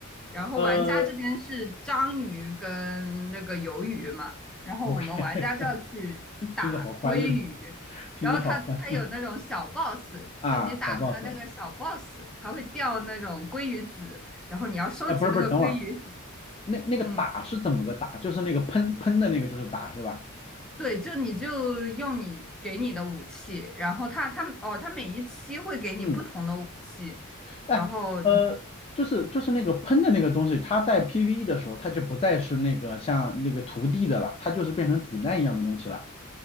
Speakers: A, in the centre; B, on the left (about 30°).
A: 然后玩家这边是章鱼跟那个鱿鱼嘛，
B: 呃
A: 然后我们玩家就要去打鲑鱼。
B: ，OK，<laughs> 听着好欢乐，听着好欢乐
A: 然后它它有那种小 boss，
B: 啊，
A: 就你打它那个小
B: 小 boss。
A: boss，它会掉那种鲑鱼籽，然后你要收集那个鲑鱼籽
B: 啊，不是不是，等会儿，那那个打是怎么个打？
A: 嗯，
B: 就是那个喷喷的那个就是打是吧？
A: 对，就你就用你给你的武器，然后它它哦，它每一期会给你不同的武器，
B: 嗯，哎，
A: 然后你
B: 呃，就是就是那个喷的那个东西，它在 PVE 的时候，它就不再是那个像那个涂地的了，它就是变成子弹一样的东西了，